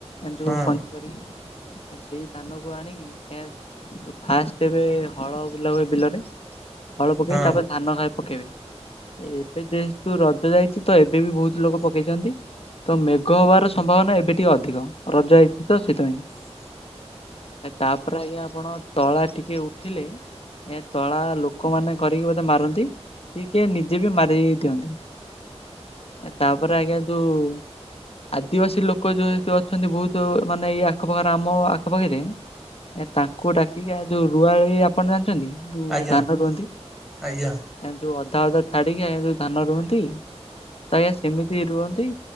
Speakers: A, on the left (about 60°); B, in the centre.
A: ଏଁ ଯୋଉ
B: ହଁ
A: <unintelligible> କରିକି ଏ ସେଇ ଧାନକୁ ଆଣିକି ଏ ଯୋଉ ଫାଷ୍ଟେରେ ହଳ ବୁଲା ହୁଏ ବିଲରେ ହଳ ପକେଇକି
B: ହଁ
A: ତାପରେ ଧାନ <unintelligible> ପକେଇବେ। ଏବେ ଯେହେତୁ ରଜ ଯାଇଛି ତ ଏବେ ବି ବୋହୁତୁ ଲୋକ ପକେଇଛନ୍ତି। ତ ମେଘ ହବାର ସମ୍ଭାବନା ଏବେ ଟିକେ ଅଧିକ ରଜ ହେଇଛି ତ ସେଇଥିପାଇଁ।
B: ହ
A: ଏ ତାପରେ ଆଜ୍ଞା ଆପଣ ତଳା ଟିକେ ଉଠିଲେ ଏଁ ତଳା ଲୋକମାନେ କରିକି ବୋଧେ ମାରନ୍ତି। କିଏ କିଏ ନିଜେ ବି ମାରି ଦିଅନ୍ତି ଏଁ ତାପରେ ଆଜ୍ଞା ଯୋଉ ଆଦିବାସୀ ଲୋକ ଯୋଉ ହେଠି ଅଛନ୍ତି ବୋହୁତୁ ମାନେ ଏଇ ଆଖ ପାଖେରେ ଆମ ଆଖ ପାଖେରେ ଏ ତାଙ୍କୁ ଡାକିକି ଆ ଯୋଉ ରୁଆ ହେଇ ଆପଣ ଜାଣିଛନ୍ତି ଯୋଉ
B: ଆଜ୍ଞା
A: ଧାନ ରୁଅନ୍ତି
B: ଆଜ୍ଞା
A: ଏଁ ଯୋଉ ଅଧା ଅଧା ଛାଡିକି ଆଜ୍ଞା ଯୋଉ ଧାନ ରୁହନ୍ତି <unintelligible> ଆଜ୍ଞା ସେମିତି ରୁହନ୍ତି।